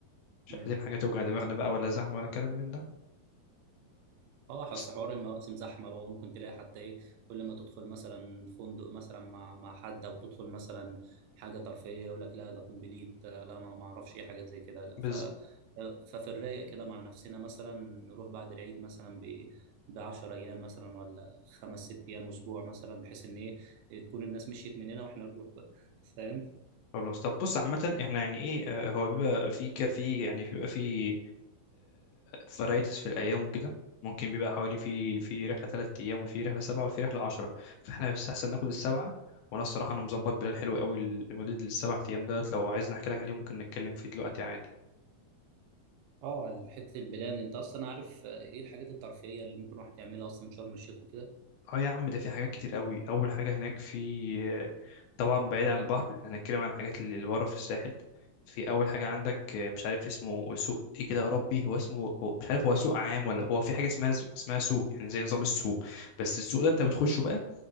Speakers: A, on the left; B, on the right.
A: مش
B: مم.
A: عايزين حاجة توجع دماغنا بقى ولا زحمة ولا كلام من ده
B: اه
A: بس
B: اصل حوار المواسم زحمه بقى وممكن تلاقي حتى ايه كل ما تدخل مثلا فندق مثلا مع مع حد او تدخل مثلا حاجه ترفيهيه يقول لك لا ده كومبليت آه، لا ما ما اعرفش ايه حاجات زي كده لا ف
A: بز...
B: ففي الرايق كده مع نفسنا مثلا نروح بعد العيد مثلا ب ب 10 ايام مثلا ولا خمس ست ايام اسبوع مثلا بحيث ان ايه تكون الناس مشيت مننا واحنا نروح بقى فاهم
A: خلاص طب بص عامة احنا يعني ايه آه، هو بيبقى في كافي يعني بيبقى في فرايتس في الأيام وكده ممكن بيبقى حوالي في في رحلة تلات أيام وفي رحلة سبعة وفي رحلة عشرة فاحنا يستحسن ناخد السبعة وأنا الصراحة أنا مظبط بلال حلو قوي لمدة السبع أيام دولت لو عايز نحكي لك عليه ممكن نتكلم فيه دلوقتي عادي
B: اه حته البلان انت اصلا عارف آه، ايه الحاجات الترفيهيه اللي ممكن واحد يعملها اصلا في شرم الشيخ وكده
A: اه يا عم ده في حاجات كتير قوي اول حاجه هناك في طبعا بعيد عن البحر احنا هنتكلم عن الحاجات اللي اللي بره في الساحل في اول حاجه عندك مش عارف اسمه سوق ايه كده يا ربي هو اسمه هو مش عارف هو سوق عام ولا هو في حاجه اسمها اسمها سوق يعني زي نظام السوق بس السوق ده انت بتخشه
B: مم.
A: بقى